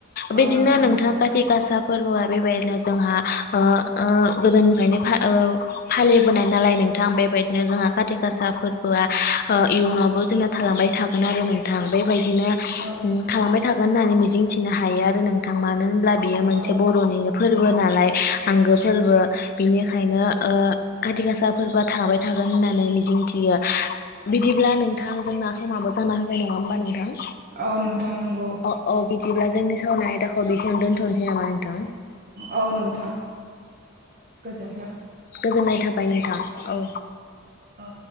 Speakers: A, on the right; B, on the left.
A: औ
B: बेदिनो नोंथां
A: नंगौ
B: काति गासा फोरबोआ बेबायदिनो जोंहा ओ ओ गोदोनिफ्रायनो फा ओ फालिबोनाय नालाय नोंथ थां बेबायदिनो जोंहा सा फोरबोआ ओ इयुनावबो जोंना थालांबाय थागोन आरो नोंथां बेबाय बिदिनो
A: औ नोंथां
B: उम थालांबाय थागोन होन्नानै मिजिंथिनो हायो आरो नोंथां मानो होन ब्ला बियो मोनसे
A: औ
B: बर'निनो फोर फोरबो नालाय आंगो फोरबो बिनिखायनो ओ काति गासा फोरबोआ थाबाय थागोन होनना नै मिजिंथियो बिदिब्ला नोंथां जोंना समाबो जाना होबाय नङा होम्बा नोंथां?
A: औ नोंथां नोंगौ।
B: अ औ बिदिब्ला जोंनि सावनाय आयदाखौ बिखिनियावनो दोनथ'नोसै नामा नोंथां।
A: औ नोंथां गोजोन्थों।
B: गोजोन्नाय थाबाय नोंथां औ।
A: औ।